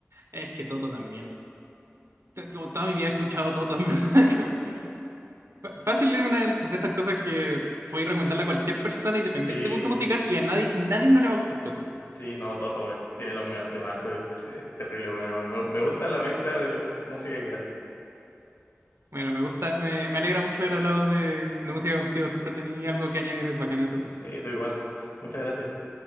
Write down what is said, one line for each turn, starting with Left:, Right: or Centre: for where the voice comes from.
Right: Es que Toto también. T- Como toda mi vida he escuchado Toto, en verdad. <laughs> como- Fa- Fácil es una de esas cosas que puedes recomendarle a cualquier persona independiente
Left: Sí,
Right: de gusto musical y a nadie nadie no le va a gustar Toto.
Left: sí, no, Toto tiene los mejores temazos. Es, es terrible, bueno. Me, me gusta la mezcla de música que hace.
Right: Bueno, me gusta, me, me alegra mucho haber hablado de, de música contigo. Siempre tenía algo que añadir, es bacán eso.
Left: Sí, todo igual. Muchas gracias.